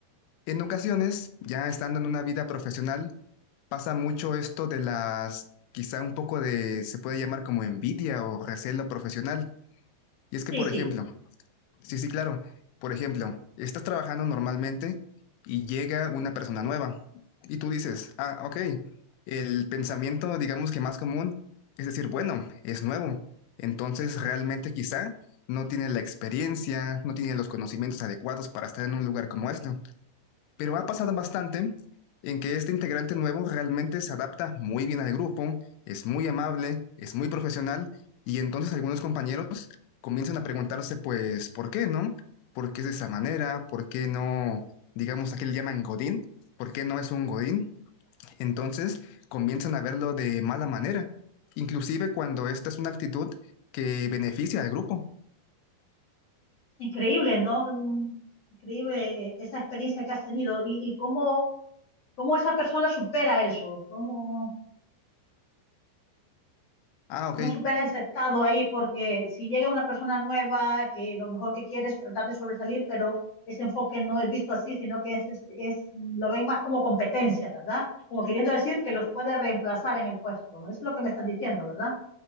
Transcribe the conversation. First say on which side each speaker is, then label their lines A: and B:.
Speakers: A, on the left; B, on the left.
A: En ocasiones, ya estando en una vida profesional, pasa mucho esto de las, quizá un poco de, se puede llamar como envidia o recelo profesional. Y es
B: Sí,
A: que, por
B: sí,
A: ejemplo, Sí, sí, claro. Por ejemplo, estás trabajando normalmente y llega una persona nueva y tú dices, ah, ok, el pensamiento, digamos que más común es decir, bueno, es nuevo. Entonces, realmente quizá no tiene la experiencia, no tiene los conocimientos adecuados para estar en un lugar como este. Pero ha pasado bastante en que este integrante nuevo realmente se adapta muy bien al grupo, es muy amable, es muy profesional, y entonces algunos compañeros comienzan a preguntarse, pues, ¿por qué no? ¿Por qué es de esa manera? ¿Por qué no, digamos, aquí le llaman Godín? ¿Por qué no es un Godín? Entonces comienzan a verlo de mala manera, inclusive cuando esta es una actitud que beneficia al grupo.
B: increíble, ¿no? Mm, Increíble eh, esa experiencia que has tenido y, y cómo, cómo esa persona supera eso, cómo
A: Ah,
B: cómo
A: ok,
B: supera ese estado ahí, porque si llega una persona nueva que lo mejor que quiere es tratar de sobresalir, pero ese enfoque no es visto así, sino que es, es- es- lo ven más como competencia, ¿verdad? Como queriendo decir que los puede reemplazar en el puesto. Es lo que me estás diciendo, ¿verdad?